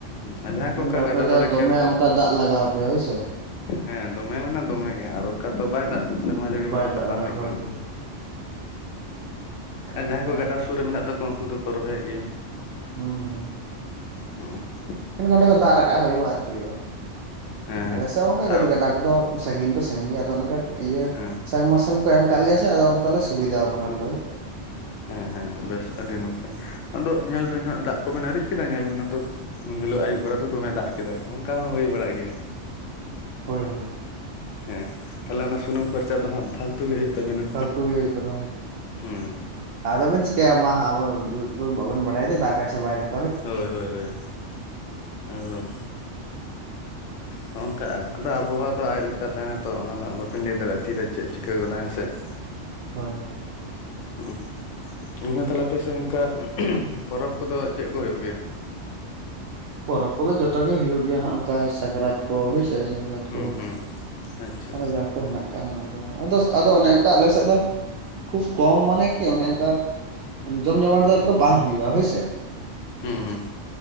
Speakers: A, on the left (about 85°); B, on the right (about 65°).
A: ᱟᱨ ᱡᱟᱦᱟᱸᱭ
B: ᱮᱱᱠᱷᱟᱱ
A: ᱠᱚ ᱚᱱᱠᱟ
B: ᱫᱚ ᱟᱯᱮ
A: ᱜᱟᱰᱟ
B: ᱫᱚ
A: ᱫᱷᱟᱨᱮ
B: ᱫᱚᱢᱮ
A: ᱠᱷᱮᱛ ᱠᱚ
B: ᱚᱱᱠᱟ ᱫᱟᱜ ᱞᱟᱜᱟᱣᱟᱯᱮᱭᱟ ᱦᱳᱭᱥᱮ᱾
A: ᱦᱮᱸ ᱫᱚᱢᱮ ᱢᱟᱱᱮ ᱫᱚᱢᱮ ᱜᱮ ᱟᱨ ᱚᱱᱠᱟ ᱛᱚ ᱵᱟᱭ ᱫᱟᱜ ᱥᱮᱨᱢᱟ ᱡᱟᱹᱲᱤ
B: ᱵᱟᱭ
A: ᱢᱟ ᱚᱱᱠᱟ
B: ᱫᱟᱜ
A: ᱵᱟᱝ
B: ᱮᱫᱟ
A: ᱦᱩᱭᱩᱜ
B: ᱦᱳᱭ
A: ᱠᱟᱱᱟ᱾
B: ᱦᱳᱭ ᱠᱷᱟᱱ
A: ᱟᱨ ᱡᱟᱸᱦᱟᱸᱭ
B: ᱫᱚ
A: ᱠᱚ ᱜᱟᱰᱟ ᱥᱩᱨ ᱨᱮ ᱢᱮᱱᱟᱜ ᱛᱟᱠᱚᱣᱟ ᱩᱱᱠᱩ ᱫᱚᱠᱚ ᱨᱚᱦᱚᱭᱮᱜ ᱜᱮᱭᱟ᱾
B: ᱦᱩᱸ ᱦᱩᱸ
A: ᱦᱩᱸᱜ-ᱩ᱾
B: ᱮᱠᱮᱱ ᱜᱟᱰᱟ ᱫᱚ ᱫᱟᱜ ᱨᱟᱠᱟᱜ ᱦᱩᱭᱩᱜᱼᱟ ᱟᱨᱠᱟᱜ ᱦᱩᱭᱩᱜ-ᱟ ᱟᱨᱠᱤ,
A: ᱦᱮᱸ
B: ᱟᱞᱮᱥᱮ ᱦᱚᱸ ᱚᱱᱠᱟ
A: ᱟᱨ
B: ᱜᱟᱹᱛ ᱜᱟᱰᱟ ᱠᱚᱫᱚᱼᱼ ᱥᱟᱺᱜᱤᱧ ᱫᱚ ᱥᱟᱺᱜᱤᱧ ᱜᱮᱭᱟ ᱟᱫᱚ ᱚᱱᱮ ᱚᱱᱠᱟ ᱤᱭᱟᱹᱼᱼ
A: ᱦᱮᱸ
B: ᱥᱟᱝ ᱢᱚᱥᱟᱞ ᱠᱚ ᱮᱢ ᱠᱟᱜ ᱞᱮᱭᱟ ᱥᱮ ᱟᱫᱚ ᱚᱱᱠᱟᱞᱮ ᱥᱩᱵᱤᱫᱷᱟᱣ ᱠᱟᱱᱟ ᱟᱞᱮᱫᱚ ᱦᱳᱭ ᱥᱮ᱾
A: ᱦᱮᱸ ᱦᱮᱸ ᱵᱮᱥ ᱟᱹᱰᱤ ᱱᱟᱯᱟᱭ᱾ ᱟᱫᱚ ᱧᱮᱞ ᱵᱮᱱ ᱦᱟᱸᱜ ᱫᱟᱜ ᱠᱚᱵᱮᱱ ᱟᱨᱤᱡ ᱠᱮᱫᱟ ᱧᱮᱞ ᱵᱮᱱ ᱟᱫᱚ ᱩᱱᱦᱤᱞᱳᱜ ᱟᱹᱩᱭᱩᱵ ᱵᱮᱲᱟᱼᱼ ᱫᱚ ᱫᱚᱢᱮ ᱫᱟᱜ ᱠᱮᱫᱟᱭ ᱚᱱᱠᱟ ᱦᱚᱸ ᱦᱩᱭ ᱵᱟᱲᱟᱜ ᱜᱮᱭᱟ᱾
B: ᱦᱳᱭ ᱦᱳᱭ᱾
A: ᱦᱮᱸ ᱛᱟᱦᱞᱮ ᱚᱱᱟ ᱥᱩᱱᱩᱢ ᱠᱷᱚᱨᱪᱟ ᱫᱚ ᱦᱟᱸᱜ ᱯᱷᱟᱞᱛᱩ ᱜᱮ ᱦᱩᱭᱩᱜ ᱛᱟᱵᱮᱱᱟ᱾
B: ᱯᱷᱟᱞᱛᱩ ᱜᱮ ᱦᱩᱭᱩᱜ ᱠᱟᱱᱟ ᱦᱳᱭ
A: ᱦᱩᱸ
B: ᱟᱫᱚ ᱵᱮᱱ ᱪᱤᱠᱟᱭᱟ ᱢᱟ ᱵᱟᱵᱮᱱ ᱫᱩ ᱛᱩ ᱵᱟᱵᱚᱱ ᱵᱟᱰᱟᱭᱟ ᱡᱮ ᱫᱟᱜᱟᱭ ᱥᱮ ᱵᱟᱭ ᱫᱟᱜᱟ᱾
A: ᱦᱳᱭ ᱦᱳᱭ ᱦᱳᱭ ᱮᱠᱫᱚᱢ᱾ ᱱᱚᱜᱼᱚ ᱱᱚᱝᱠᱟ ᱟᱫᱚ ᱟᱵᱚᱦᱟᱣᱟ ᱫᱚ ᱟᱡ ᱞᱮᱠᱟ ᱛᱟᱦᱮᱱᱟ ᱛᱚ ᱚᱱᱟ ᱫᱚ ᱦᱟᱸᱜ ᱵᱟᱹᱵᱤᱱ ᱞᱟᱹᱭ ᱫᱟᱲᱮᱭᱟᱜᱼᱟ ᱛᱤᱨᱮ ᱪᱮᱫ ᱪᱤᱠᱟᱹ ᱜᱚᱫᱟᱭ ᱦᱮᱸ ᱥᱮ᱾ <inaudible>
B: ᱦᱳᱭ ᱦᱳᱭ᱾
A: ᱦᱩᱸ ᱜᱚᱝᱠᱮ ᱛᱟᱦᱚᱞᱮ ᱟᱯᱮᱥᱮᱫ ᱚᱱᱠᱟ ᱯᱚᱨᱚᱵᱽ ᱠᱚᱫᱚ ᱪᱮᱫ ᱠᱚ ᱦᱩᱭᱩᱜ ᱜᱮᱭᱟ?
B: ᱯᱚᱨᱚᱵᱽ ᱠᱚᱫᱚ ᱡᱚᱛᱚ ᱜᱮ ᱦᱩᱭᱩᱜ ᱜᱮᱭᱟ, ᱦᱟᱜ ᱚᱱᱠᱟ ᱥᱟᱠᱨᱟᱛ ᱠᱚ ᱦᱚᱭ ᱥᱮ ᱥᱟᱠᱨᱟᱛ
A: ᱦᱩᱸ
B: ᱠᱚ,
A: ᱦᱩᱸ ᱟᱪᱪᱷᱟ
B: ᱟᱫᱚ ᱡᱟᱠᱼᱼ ᱦᱮᱱᱟᱜ ᱟᱠᱟᱫ ᱚᱱᱟ ᱠᱚ ᱟᱫᱚ ᱟᱫᱚ ᱚᱱᱮ ᱚᱱᱠᱟ ᱟᱞᱮ ᱥᱮᱫ ᱫᱚ, ᱠᱷᱩᱵ ᱠᱚᱢ ᱢᱟᱱᱮ ᱠᱤ ᱚᱱᱮ ᱚᱱᱠᱟ ᱡᱚᱢ ᱡᱚᱢᱟᱴ ᱫᱚ ᱟᱨ ᱠᱤ ᱵᱟᱝ ᱦᱩᱭᱩᱜᱼᱟ ᱦᱳᱭ ᱥᱮ᱾
A: ᱦᱩᱸ ᱦᱩᱸ᱾